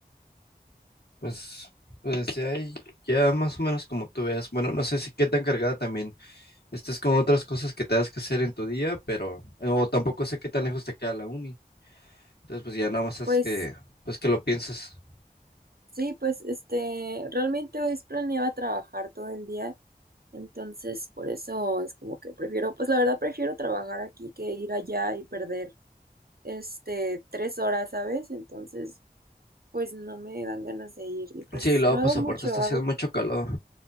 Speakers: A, on the left; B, on the right.
A: Pues, pues ya, hay- ya más o menos como tú veas. Bueno, no sé si qué tan cargada también Estas es como otras cosas que te das que hacer en tu día, pero, o tampoco sé qué tan lejos te queda la uni. Entonces, pues ya nada más es
B: Pues
A: que, pues que lo pienses.
B: Sí, pues este, realmente hoy planeaba trabajar todo el día, entonces por eso es como que prefiero, pues la verdad prefiero trabajar aquí que ir allá y perder este tres horas, ¿sabes? Entonces, pues no me dan ganas de ir y pues
A: Sí, y luego,
B: no
A: pues
B: hago
A: aparte
B: mucho,
A: está haciendo
B: hago
A: mucho calor.